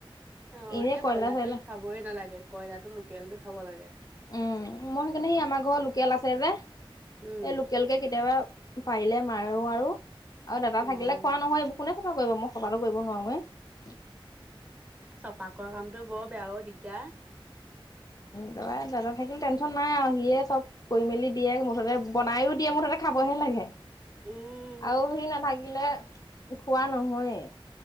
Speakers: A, on the right; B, on the left.
A: অ'
B: এনেই
A: এই
B: কয়লা
A: বইলাৰটো
B: চয়লা
A: খাবই নালাগে ক্ইলাৰটো লোকেলটো খাব লাগে।
B: উম। মই সেইকাৰণে সেই আমাৰ ঘৰত লোকেল আছে যে,
A: উম।
B: এই লোকেল কে কেতিয়াবা পাৰিলে মাৰো আৰু আৰু দাদা
A: অ'।
B: থাকিলে খোৱা নহয় এইবোৰ কোনে চাফা কৰিব মোক চফা টো কৰিব নোৱাৰোৱেই।
A: চফা কৰা কামটো বৰ বেয়া অ দিগদাৰ।
B: অ এই দাদা থাকিলে টেনচন নাই আৰু সিয়ে চব কৰি মেলি দিয়ে, মুঠতে বনাইও দিয়ে মুঠতে খাবহে লাগে।
A: উম,
B: আৰু সি নাথাকিলে খোৱা নহয়ে।